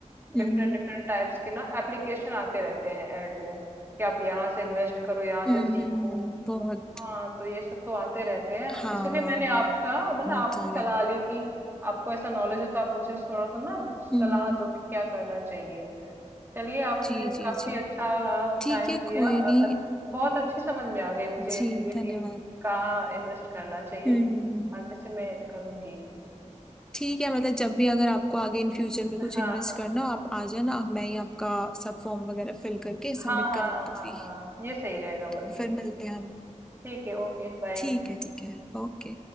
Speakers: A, on the right; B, in the centre.
A: डिफरेंट
B: हम्म हम्म
A: डिफरेंट टाइप्स के ना एप्लीकेशन आते रहते हैं ऐड में कि आप यहाँ से इन्वेस्ट करो यहाँ से
B: हम्म
A: सीखो
B: हम्म, हम्म, बहुत
A: हाँ तो ये सब तो आते रहते हैं
B: हाँ
A: इसलिए
B: हाँ
A: मैंने
B: हाँ
A: आपका मैंने
B: बहुत
A: आपकी
B: सारे
A: सलाह ली कि आपको ऐसा नॉलेज हो तो आप मुझे थोड़ा सा ना सलाह
B: हम्म हम्म,
A: दो कि क्या करना चाहिए चलिए आपने
B: जी जी
A: काफी
B: जी
A: अच्छा
B: ठीक
A: टाइम
B: है
A: दिया
B: कोई
A: और
B: नहीं
A: अच्छ- बहुत अच्छी समझ में आ गई मुझे
B: जी
A: ये चीजें कि
B: धन्यवाद
A: कहाँ इन्वेस्ट करना चाहिए
B: हम्म हम्म,
A: आगे से मैं करूंगी
B: ठीक है मतलब जब भी अगर आपको आगे इन फ्यूचर में
A: हाँ
B: कुछ इन्वेस्ट
A: हाँ
B: करना हो
A: हाँ
B: आप आ जाना मैं ही आपका सब फॉर्म वगैरह फिल करके
A: हाँ
B: सबमिट
A: हाँ
B: करवा
A: हाँ
B: दूंगी
A: हाँ हाँ, ये सही रहेगा बल्कि
B: तो फिर मिलते हैं हम
A: ठीक है ओके बाय
B: ठीक है ठीक है ओके